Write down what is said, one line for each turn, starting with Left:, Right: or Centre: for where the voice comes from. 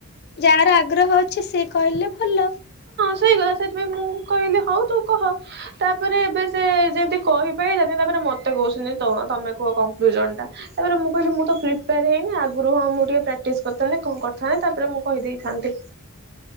Left: ଯାହାର ଆଗ୍ରହ ଅଛି ସେ କହିଲେ ଭଲ।
Right: ସେଇଭଳିଆ ସେଥିପାଇଁ ମୁଁ କହିଲି ହଉ ତୁ କହ ତାପରେ ଏବେ ସେ ଯେମିତି କହି ପାଇଲାନି ତାରେ ମତେ କହୁଛନ୍ତି ତମେ କୁହ କଂକ୍ଲୁଜନ ଟା ତାପରେ ମୁଁ କହିଲି ମୁଁ ତ ପ୍ରିପେୟାର ହେଇନି ଆଗରୁ ହଁ ଟିକେ ପ୍ରାକ୍ଟିସ୍ କରିଥାନ୍ତି କଣ କରିଥାନ୍ତି ତାପରେ ମୁଁ କହିଦେଇଥାନ୍ତି।